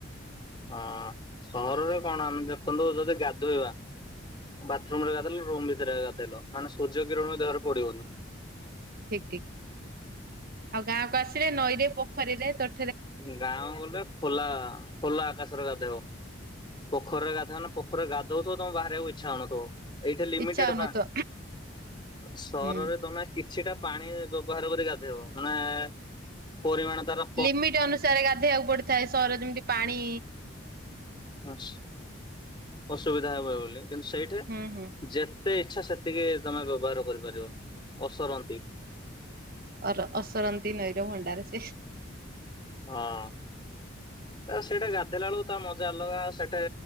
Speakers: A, on the left; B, on the right.
A: ହଁ ସହରରେ କଣ ଆମେ ଦେଖନ୍ତୁ ଯଦି ଗାଧୋଇବା। ବାଥୁର୍ମ ଭିତରେ ଗାଧେଇଲ ରୁମ ଭିତରେଏକା ଗାଧୋଇଲ ସୂର୍ଯ୍ୟ କିରଣତ ଦେହରେ ପଡ଼ିବନି।
B: ଠିକ୍ ଠିକ୍ ଆଉ ଗାଁକୁ ଆସିଲେ ନଈରେ ପୋଖରୀରେ ତ।
A: ଗାଁ ଗଲେ ଖୋଲା ଖୋଲା ଆକାଶରେ ଗା ଧୋଇବ। ପୋଖରୀରେଗାଧୋଇ ବନା ପୋଖରୀ ରେ ଗାଧୋଉଥିବ ତୁମକୁ ବାହାରିବାକୁଇଛା ହେଉନଥିବ। ଏଇଠା ଲିମିଟେଡେ
B: ଇଚ୍ଛା ହଉନଥିବ
A: ପା ସହରରେ
B: ହୁଁ।
A: ତମେ। କିଛିଟାପାଣି ବ୍ୟବହାର କରି ଗାଧେଇବ ନହେଲେ ପରିମାଣତାର।
B: ଲିମିଟ୍ ଅନୁସାରେ ଗାଧଇବାକୁ ପଡିଥାଏ ସହର ଯେମିତି ପାଣି।
A: ହସ ଅସୁବିଧା ହବ ବୋଲି କିନ୍ତୁ ସେଇଠି ଯେ।
B: ହୁଁ ହୁଁ।
A: ଯେତେ ଇଚ୍ଛା ସେତିକି ତମେ ବ୍ୟବହାର କରିପାରିବ ଅସରନ୍ତି।
B: ଅର ଅସରନ୍ତି ନଈର ଭଣ୍ଡାର ସେ।
A: ହଁ। ସେଇଟା ଗାଧେଇଲା ବେଳକୁ ତା ମଜା ଅଲଗା ସେଠି